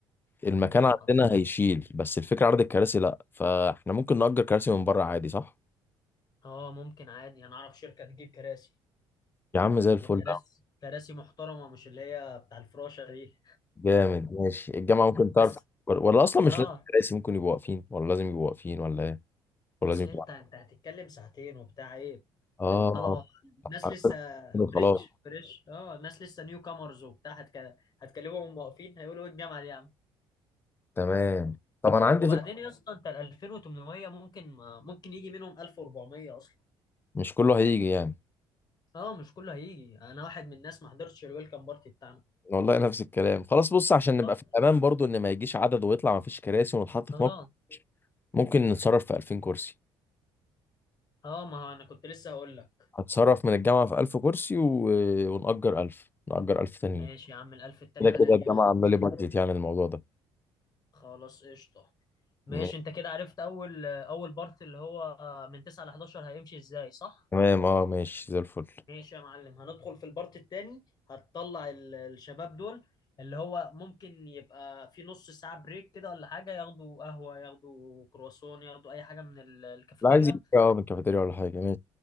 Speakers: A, on the left (about 20°); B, on the left (about 40°).
A: المكان
B: يا نهار
A: عندنا
B: ابيض
A: هيشيل بس الفكرة عدد الكراسي لا فاحنا ممكن نأجر كراسي من بره عادي صح
B: اه ممكن عادي انا اعرف شركه تجيب كراسي
A: يا عم زي الفل
B: وكراسي كراسي محترمه مش اللي هي بتاع الفراشه دي
A: جامد ماشي الجامعة ممكن
B: بس
A: تعرف ولا اصلا مش
B: اه
A: لازم كراسي ممكن يبقوا واقفين ولا لازم يبقوا واقفين ولا ايه ولا
B: اصل
A: لازم يبقوا
B: انت انت هتتكلم ساعتين وبتاع ايه
A: اه
B: الطلبه
A: <laughs>
B: الناس لسه فريش
A: خلاص
B: فريش اه الناس لسه نيو كامرز وبتاع هتك... هتكلمهم واقفين هيقولوا ايه الجامعه دي يا عم
A: تمام طب انا عندي
B: وبعدين
A: فكرة
B: يا اسطى انت ال 2800 ممكن ما... ممكن يجي منهم 1400 اصلا
A: مش كله هيجي يعني
B: اه مش كله هيجي انا واحد من الناس ما حضرتش الويلكم بارتي بتاعنا
A: والله نفس الكلام خلاص بص عشان نبقى
B: طيب
A: في الامان برضو ان ما يجيش عدد ويطلع ما فيش كراسي ونتحط في
B: اه
A: موقف ممكن نتصرف في 2000 كرسي
B: اه ما هو انا كنت لسه هقول لك
A: هتصرف من الجامعة في 1000 كرسي و... ونأجر 1000 نأجر 1000 تانيين
B: ماشي يا عم الالف التاني
A: كده
B: عليا
A: كده الجامعة عاملة
B: ماشي.
A: لي بادجت يعني الموضوع ده
B: خلاص قشطة ماشي
A: م-
B: انت كده عرفت اول اول بارت اللي هو من 9 ل 11 هيمشي ازاي صح
A: تمام اه ماشي زي الفل
B: ماشي يا معلم هندخل في البارت التاني هتطلع ال- الشباب دول اللي هو ممكن يبقى في نص ساعة بريك كده ولا حاجة ياخدوا قهوة ياخدوا كرواسون ياخدوا اي حاجة من ال- الكافيتيريا
A: لا عايز يجي اه من كافيتيريا ولا حاجة ماشي